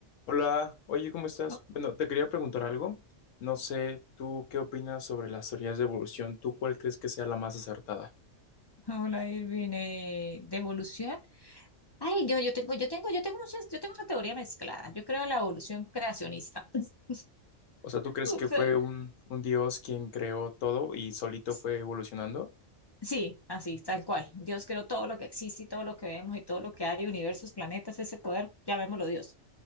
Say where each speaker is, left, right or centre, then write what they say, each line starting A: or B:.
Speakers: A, on the left; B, on the left.
A: Hola, oye, ¿cómo estás?
B: Oh,
A: Bueno, te quería preguntar algo. No sé, ¿tú qué opinas sobre las teorías de evolución? ¿Tú cuál crees que sea la más acertada?
B: Hola Irving, eh, ¿de evolución? Ay, yo, yo tengo, yo tengo, yo tengo muchas, yo tengo una teoría mezclada. Yo creo en la evolución creacionista. <laughs>
A: O sea, ¿tú crees
B: O
A: que
B: sea,
A: fue un, un dios quien creó todo y solito
B: s-
A: fue evolucionando?
B: Sí, así, tal cual. Dios creó todo lo que existe y todo lo que vemos y todo lo que hay, universos, planetas, ese poder, llamémoslo Dios.